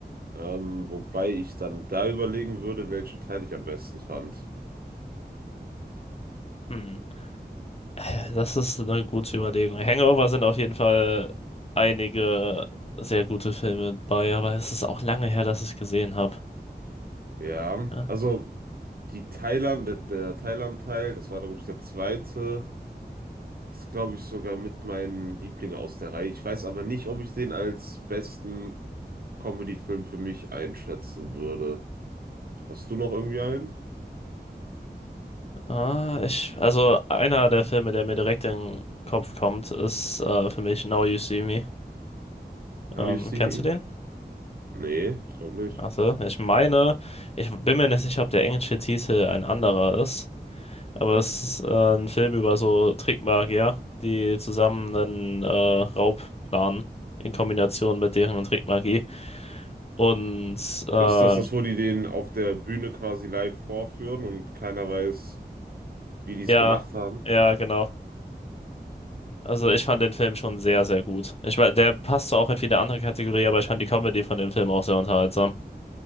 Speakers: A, on the right (about 60°); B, on the left (about 35°).
A: Ähm, wobei ich dann da überlegen würde, welchen Teil ich am besten fand.
B: Hm, ja, das ist eine gute Überlegung. Hangover sind auf jeden Fall einige sehr gute Filme bei, aber es ist auch lange her, dass ich gesehen habe.
A: Ja,
B: Ja.
A: also die Thailand, der, der Thailand-Teil, das war, glaube ich, der zweite, ist, glaube ich, sogar mit meinem Liebling aus der Reihe. Ich weiß aber nicht, ob ich den als besten Comedy-Film für mich einschätzen würde. Hast du noch irgendwie einen?
B: Ah, ich, also einer der Filme, der mir direkt in den Kopf kommt, ist äh, für mich Now You See Me.
A: Now
B: Ähm,
A: You See
B: kennst
A: Me?
B: du den?
A: Nee, ich glaube nicht.
B: Also, ich meine, ich bin mir nicht sicher, ob der englische Titel ein anderer ist, aber es ist äh, ein Film über so Trickmagier, die zusammen einen äh, Raub planen in Kombination mit deren Trickmagie. Und äh,
A: Ist das das, wo die den auf der Bühne quasi live vorführen und keiner weiß, wie die es
B: ja,
A: gemacht haben?
B: ja, genau. Also ich fand den Film schon sehr, sehr gut. Ich, wa- der passte auch in viele andere Kategorie, aber ich fand die Comedy von dem Film auch sehr unterhaltsam.